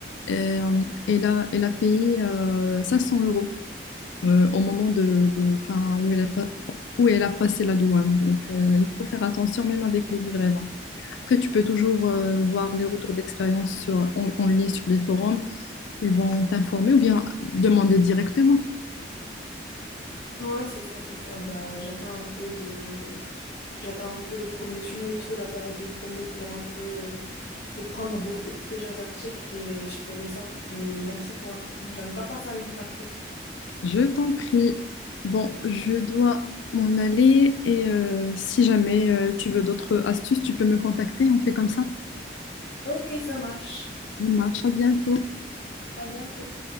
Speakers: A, on the left; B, on the left.
A: Et, euh, elle a, elle a payé euh, 500 euros euh, au moment de, de- enfin, où elle a pas- où elle a passé la douane. Donc, euh, il faut faire attention même avec les livraisons. Après, tu peux toujours euh, voir les retours d'expérience sur- en, en ligne sur les forums. Ils vont t'informer ou bien demander directement.
B: Ouais, c'est ça, c'est ça. Bah, j'attends un peu de... j'attends un peu les promotions et tout, la période des promos pour un peu... pour prendre beaucoup, plusieurs articles et je ferai ça. Mais merci pour l'info, j'avais pas pensé à les contacter.
A: Je t'en prie. Bon, je dois m'en aller et euh, si jamais euh, tu veux d'autres astuces, tu peux me contacter. On fait comme ça.
B: Ok, ça marche.
A: On marche. À bientôt.
B: À bientôt.